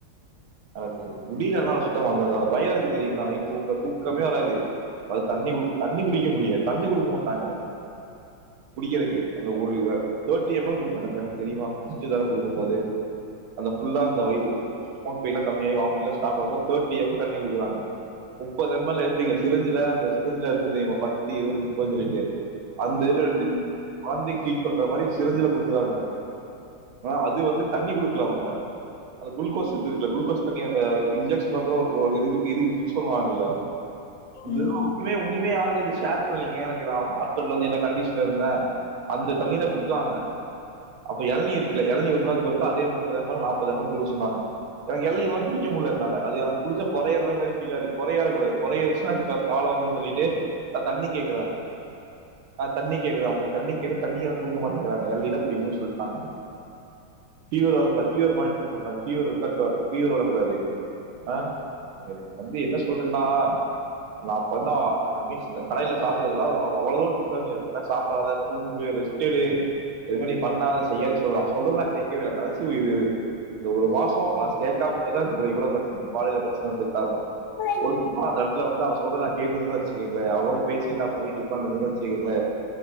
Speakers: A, on the right; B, on the left.
A: எனக்கு முடில என்னால சுத்தமா ஆங்க பயம் இருக்கு தெரியுங்களா நைட்டு தூங்க தூக்கமே வராது அது தண்ணி தண்ணி குடிக்க முடியாது தண்ணி குடு <unintelligible> எனக்கு குடிகரக்கு அந்த ஒரு தர்ட்டி எம் எல் குடுத்தாங்க தண்ணி தெரிமா ஃபர்ஸ்ட் தடவ குடுக்கு போதே அந்த ஃபுல்லா அந்த வ <unintelligible> தர்ட்டி எம் எல் தண்ணி குடுக்குறாங்க முப்பது எம் எல் எப்டிங்க சிரஞ்சுல அந்த சிரஞ்சுல இருக்கு தெரிமா பத்து இருவது போ சொல்லிட்டு அந்த இதுல எடுத்து
B: ம்
A: வாந்தி பீட் பண்ற மாரி சிரஞ்சுல குடுக்குறாங்க எனக்கு ஆனா அது வந்து தண்ணி குடுக்கல அவங்க அது குளுக்கோஸ் இது இருக்கல குளுோஸ் தண்ணி அந்த இன்ஜெக்ஷன் மாரி ஒரு ஹோல் இது பண்ணுவாங்கல்ல இதெல்லா
B: ம்
A: ஒண்ணுமே ஒன்னிமே ஆல து ஷேர் பண்ல <unintelligible> ஹாஸ்பிடல்ல வந்து எந்த கண்டிஷன்ல இருந்தே அந்த தண்ணி தா குடுத்தாங்க அப்ப எளநீ இருக்குல்ல எளநீ <unintelligible> இருக்கோ அதே முப்பது எம் எல் நாப்பது எம்எல் குடுக்க சொன்னாங்க எனக்கு எளநீலா குடிக்க முடியல என்னால அது எனக்கு குடிச்சா பொறயேற மாரி பீல் ஆகுது பொற ஏறக்கூடாது பொற ஏறிச்சுன்னா <unintelligible> வந்து சொல்லிட்டு அ தண்ணி கேக் கற ஆ தண்ணி கேக்கறே அவங்க தண்ணி தண்ணி எனக்கு குடுக்க மாட்ட கறாங்க எளநீ தா குடிக்கணு சொல்ட்டாங்க ஃபீவர் வரக்கூடாது ஃபீவர் மானிட்டர் இருக்குல்ல ஃபீவர் இருந்தா ஃபீவர் வரக்கூடாது ஆ தம்பி என்ன சொல்றேன்னா நா பண்ண ஆ இந்த <unintelligible> சாப்டது எல்லா அவ் அவ்ளோ தூரோ திட்றாங்க அப்டில்லா சாப்டாத தூங்கு ரெஸ்ட் எடு இந்த மாரி நீ பண்ணாத செய்யாத சொல்லா சொல்றதெல்லா கேக்கவே இல்ல கடைசி உயிர் இது இந்த ஒரு மாசம் நா கேக்காம தா இவ்ள இவ்ள பிரச்சன <unintelligible> பிரச்சன வந்ததுக்கு காரணம்
B: இல்ல,
A: பொறுப்பா நடந் இதுல வந்து அவ சொல்றத நா கேட்டுருந்தனு வெச்சுக்கங்களே அவனுக் பேசிட்டு நா பழகிட்டு உட்காந்திருந்தனு வெச் சுகங்களே